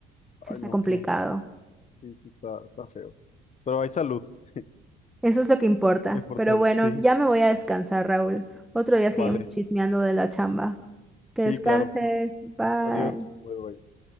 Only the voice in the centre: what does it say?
sí está
complicado.
Eso es lo que importa.
Pero bueno,
ya me voy a descansar, Raúl. Otro día seguimos
chismeando de la chamba.
Que descanses.
Bye.